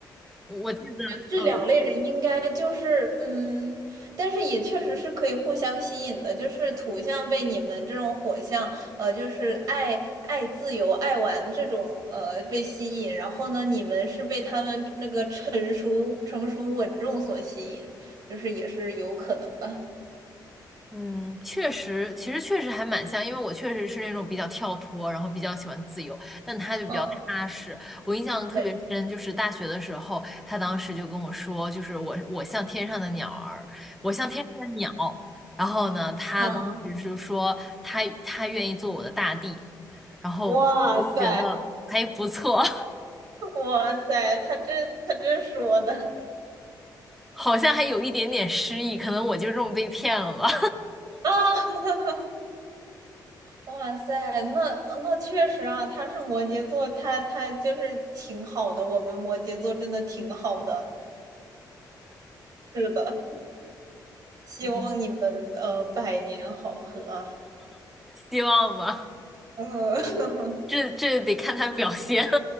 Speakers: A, in the centre; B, on the right.
A: 我记得，
B: 这两类人应该就是，
A: 嗯。
B: 嗯，但是也确实是可以互相吸引的，就是土象被你们这种火象，呃，就是爱爱自由、爱玩这种，呃，被吸引，然后呢，你们是被他们那个成熟、成熟稳重所吸引，就是也是有可能的。
A: 嗯，确实，其实确实还蛮像，因为我确实是那种比较跳脱，然后比较喜欢自由，但他就比较踏实。
B: 嗯，
A: 我印象特别深，
B: 没，
A: 就是大学的时候，他当时就跟我说，就是我我像天上的鸟儿，我像天上的鸟。然后呢，他当时就说他他愿意做我的大地，
B: 嗯，
A: 然后我就觉得还不错，
B: 哇塞，
A: <laughs>
B: <laughs> 哇塞，他这他这说的
A: 好像还有一点点诗意，可能我就这么被骗了吧，
B: 啊。<laughs> 哇塞，那呃那确实啊，他是摩羯座，他他就是挺好的，我们摩羯座真的挺好的，是的，希望你们呃百年好合啊。
A: <laughs> 希望吧，
B: 嗯，<laughs>
A: 这这得看他表现。<laughs>